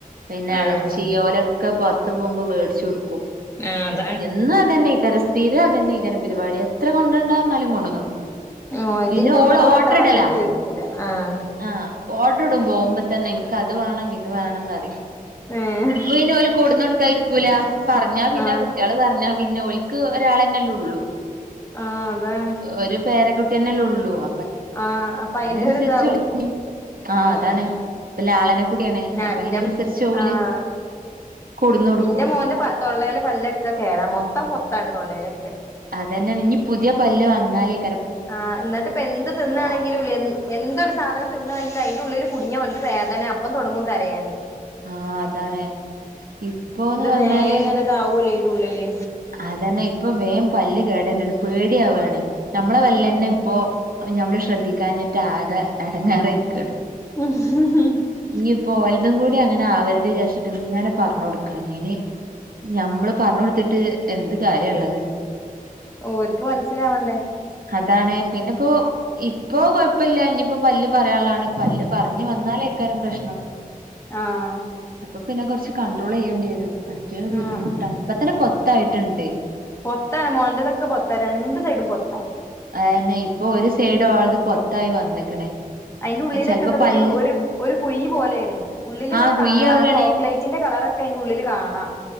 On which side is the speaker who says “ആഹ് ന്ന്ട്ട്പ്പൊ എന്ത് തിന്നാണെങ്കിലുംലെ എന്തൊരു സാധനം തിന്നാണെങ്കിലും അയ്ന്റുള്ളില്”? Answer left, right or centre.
Left